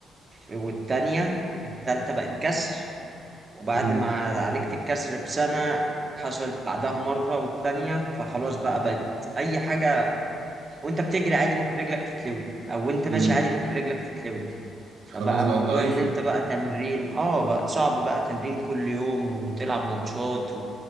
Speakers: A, on the right; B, on the right.
A: والتانية التالتة بقت كسر وبعد
B: امم
A: ما عالجت الكسر بسنة حصلت بعدها مرة والتانية فخلاص بقى بقت أي حاجة وأنت بتجري عادي ممكن رجلك تتلوي أو وأنت ماشي
B: امم
A: عادي ممكن رجلك تتلوي فبقى
B: خلاص بقت
A: موضوع
B: ضعيفة
A: إن أنت
B: يعني
A: بقى تمرين آه بقى صعب بقى تمرين كل يوم وتلعب ماتشات